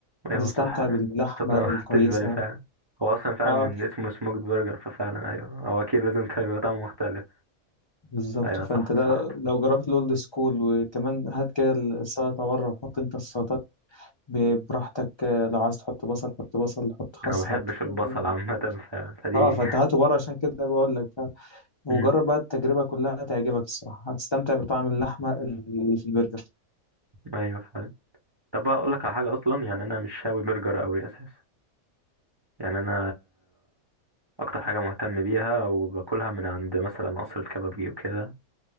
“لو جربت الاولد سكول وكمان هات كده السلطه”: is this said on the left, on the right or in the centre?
Left